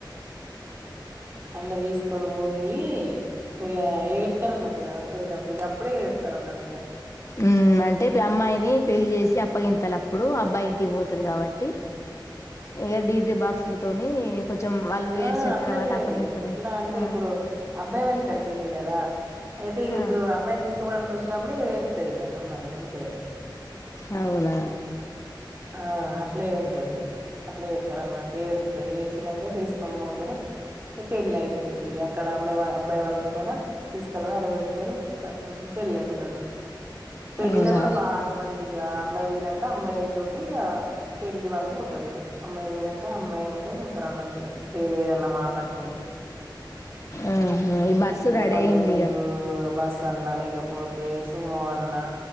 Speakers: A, on the right; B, on the left.
A: అల్లా తీసు కొన పోయి ఇగ ఏడుతారు అన్నట్టు కదా పోయేటప్పుడు ఇగ అప్పుడే ఏడుతారు అన్నట్టుగా
B: ఉమ్ అంటే అమ్మాయిని పెళ్ళలి చేసి అప్ప గంతాల అప్పుడు అబ్బాయి ఇంటికి పోతుంది కాబట్టి ఇక డీజే బాక్సులతోని కొంచెం వాళ్ళు ఏడ్చిన
A: ఆ అట్లా
B: తర్వాత
A: చేయరు
B: అప్పగింతలు
A: ఎట్లా అంటే
B: ఆ
A: ఇప్పుడు అబ్బాయి వాళ్ళక్కడ పెళ్లి కదా అయితే ఇప్పుడు
B: ఆ
A: అమ్మాయిని తీసుకోవడానికి వచ్చినప్పుడు ఏడుస్తుంది అమ్మాయి అంతే
B: అవునా
A: ఆ అట్లా ఏ ఉంటది అట్లా ఏస్తారు అన్నట్టు ఏడుతుంది ఏడ్చినాక తీసుకొని పోతారు ఈ పెళ్లి అయితుది అక్కడ అమ్మాయి అబ్బాయి వాళ్ళ కూడా తీసుకొని పో అడ పెడతారు క పెళ్లి అవుతుంది అన్నట్టు పెళ్ళిలో
B: అవునా
A: కూడా బాగా మందిగా అమ్మాయి పోయినాకా అమ్మాయియి ఇ పెళ్ళలి వాళ్ళు పోతారు ఇ అమ్మాయి పోనాక అమ్మాయిక పోతారు అన్నట్టు ఇగా వేరే ఏదన్నా మాట్లాడుకని
B: ఆహా ఈ బస్సు
A: ఇ
B: రెడీ
A: పల్లె
B: అయింది
A: వెల్లి బస్ అన్నా లేకపోతే పోవల్ నా